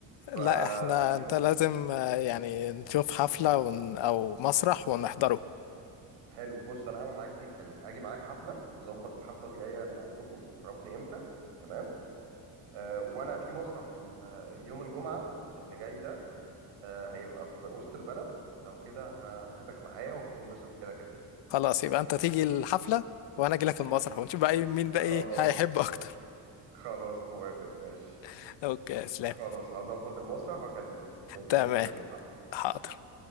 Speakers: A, on the right; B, on the left.
A: فخلينا
B: لا احنا انت لازم آه، يعني نشوف حفلة ون... او مسرح ونحضره
A: حلو بص انا هعمل معاك ديل حلو هاجي معاك حفله ظبط الحفله الجايه اللي عندكم عرفني امتى تمام آه وانا في مسرح ال- يوم الجمعه اللي جاي ده آه هيبقى في وسط البلد لو كده ه- هاخدك معايا وهتنبسط كده كده
B: خلاص يبقى انت تيجي الحفلة وانا اجي لك المسرح ونشوف بقى إيه- مين
A: خلاص
B: بقى ايه هيحب اكتر
A: خلاص موافق ماشي
B: <laughs> اوكي اسلام
A: خلاص هظبط المسرح واكلمك وانت
B: تمام
A: ما تنساش الحفله
B: حاضر